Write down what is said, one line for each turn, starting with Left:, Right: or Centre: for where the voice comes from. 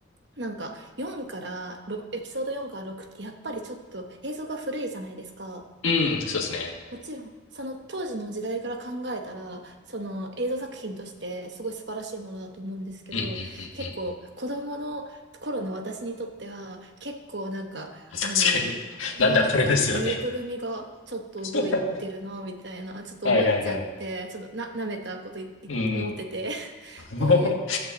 Right: なんか、4から、ろエピソード4から6って、やっぱりちょっと映像が古いじゃないですか。
Left: うん。うん、そうですね。
Right: もちろん、その当時の時代から考えたら、その映像作品としてすごい素晴らしいものだと思うんですけど、
Left: うんうんうんうん。
Right: 結構子供の頃の私にとっては、結構なんか、
Left: 確かに。
Right: あの、え、
Left: なんだこれですよね。
Right: なんかぬいぐるみがちょっと動いてるな、
Left: <laughs>
Right: みたいな、ちょっと思っちゃって、
Left: はいはいはい。
Right: ちょっとな、舐めたこといい思ってて。
Left: うんうん
Right: <laughs> で
Left: うんうん。<laughs>